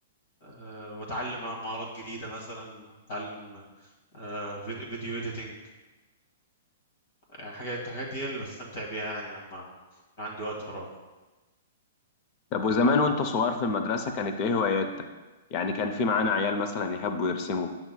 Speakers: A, on the left; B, on the left.
A: أه واتعلم مهارات جديده مثلا اتعلم أه فيديو اديتنج يعني حاجات الحاجات دي هي اللي بستمتع بيها يعني لما يكون عندي وقت فراغ
B: طب وزمان وانت صغير في المدرسه كانت ايه هواياتك يعني كان في معانا عيال مثلا يحبوا يرسموا